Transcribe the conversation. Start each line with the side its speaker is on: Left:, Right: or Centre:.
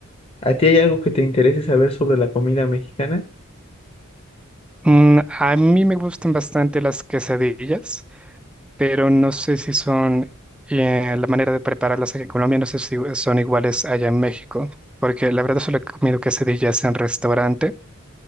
Left: ¿A ti hay algo que te interese saber sobre la comida mexicana?
Centre: Mm, a mí me gustan bastante las quesadillas, pero no sé si son eh, la manera de prepararlas aquí en Colombia, no sé si son iguales allá en México, porque la verdad solo he comido quesadillas en restaurante